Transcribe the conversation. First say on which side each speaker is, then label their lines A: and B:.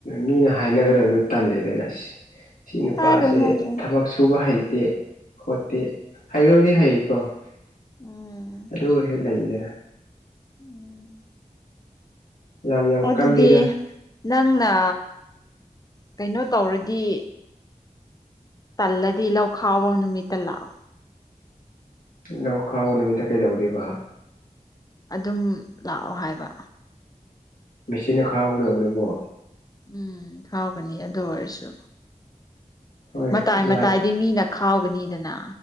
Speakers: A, on the left (about 80°); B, on the left (about 25°).
A: ꯃꯤꯅ ꯍꯥꯏꯅꯔꯒꯗꯤ ꯇꯜꯂꯦꯗꯅ ꯁꯤ ꯅꯨꯄꯥꯁꯦ
B: ꯍꯥꯏꯔꯣꯏ ꯍꯥꯏꯔꯣꯏ
A: ꯊꯕꯛ ꯁꯨꯕ ꯍꯩꯇꯦ ꯍꯣ ꯇꯦ ꯍꯩꯕꯕꯨꯗꯤ ꯍꯩꯀꯣ
B: ꯎꯝ
A: ꯑꯗꯨ ꯑꯣꯏꯔꯁꯨ ꯂꯩꯗꯅ
B: ꯎꯝ
A: ꯌꯥꯝ ꯌꯥꯝ
B: ꯑꯣ ꯑꯗꯨꯗꯤ
A: ꯀꯜꯂꯤꯗ
B: ꯅꯪꯅ ꯀꯩꯅꯣ ꯇꯧꯔꯗꯤ ꯇꯜꯂꯗꯤ ꯂꯧ ꯈꯥꯎꯕ ꯅꯨꯃꯤꯠꯇ ꯂꯥꯛꯑꯣ
A: ꯂꯧ ꯈꯥꯎꯕ ꯅꯨꯃꯤꯠꯇ ꯀꯩꯗꯧꯗꯣꯏꯕ
B: ꯑꯗꯨꯝ ꯂꯥꯛꯑꯣ ꯍꯥꯏꯕ
A: ꯃꯦꯆꯤꯟꯅ ꯈꯥꯎꯒꯗꯕꯗꯨꯕꯨ
B: ꯎꯝ ꯈꯥꯎꯒꯅꯤ ꯑꯗꯨ ꯑꯣꯏꯔꯁꯨ
A: ꯍꯣꯏ
B: ꯃꯇꯥꯏ
A: ꯂꯥꯛ
B: ꯃꯇꯥꯏ ꯗꯤ ꯃꯤꯅ ꯈꯥꯎꯒꯅꯤꯗꯅ